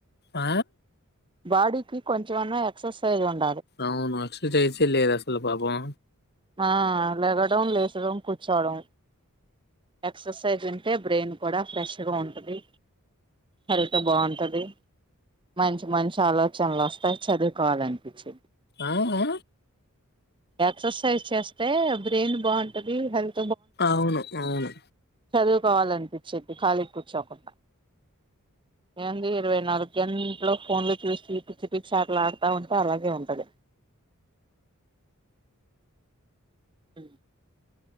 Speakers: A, on the left (about 50°); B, on the right (about 20°).
A: ఆ
B: బాడీకి కొంచెం అన్నా ఎక్ససైజ్ ఉన్
A: అవును ఎక్ససైస్ ఏ లేదు అసలు పాపం
B: ఆ లెగడం లేచడం కూర్చోడం ఎక్సర్సైజ్ ఉంటే బ్రెయిన్ కూడా ఫ్రెష్ గా ఉంటది హల్త్ బావుంటది మంచి మంచి ఆలోచనలు వస్తాయి చదువుకోవాలనిపించి
A: ఆ ఆ
B: ఎక్సర్సైజ్ చేస్తే బ్రెయిన్ బావుంటది హెల్త్
A: అవును అవును
B: చదువుకోవాలనిపించేది ఖాళీ కూర్చోకుండా ఏంది ఇరవై నాలుగు గంటలూ ఫోన్లు చూసి పిచ్చి పిచ్చి ఆట్లు ఆడుతా ఉంటే అలాగే ఉంటది మ్